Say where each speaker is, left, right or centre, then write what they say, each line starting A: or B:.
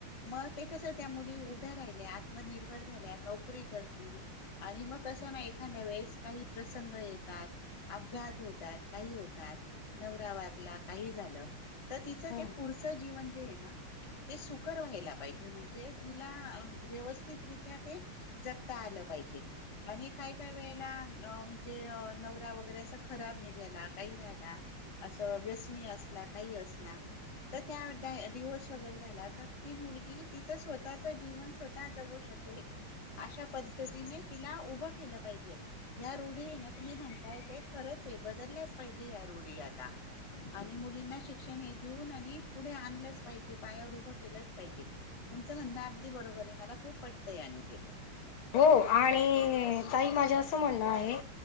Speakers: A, on the left (about 25°); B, on the left (about 85°).
A: मग ते कसं त्या मुली उभ्या राहिल्या आत्मनिर्भर झाल्या नोकरी करतील, आणि मग कसं नाही एखाद्या वेळेस काही प्रसंग येतात, अपघात होतात, काही होतात नवरा वारला काही झालं, तर तिचं
B: हम्म
A: ते पुढचं जीवन जे आहे ना ते सुखर व्हायला पाहिजे म्हणजे तिला अ व्यवस्थितरित्या ते जगता आलं पाहिजे. आणि काही काही वेळेला म्हणजे नवरा वगैरे असं खराब निघाला काही राहिला असं व्यसनीय असला काही अस ला तर त्या डाय डिव्होर्स वगैरे झाला तर ती मुलगी तिचं स्वतःच जीवन स्वतः ता जगू शकेल अशा पद्धतीने तिला उभं केलं पाहिजे या रूढी हे ना तुम्ही म्हणताय ते खरंच आहे बदलल्याच पाहिजे या र रूढी आता आणि मुलींना शिक्षण हे देऊन आणि पुढे आणलंच पाहिजे पायावर उभ केल. पाहिजे तुमच म्हणण अगदी बरोबर आहे मला खूप वाटतंय आणि ते पण
B: हो आणि ताई माझं असं म्हणणं आहे.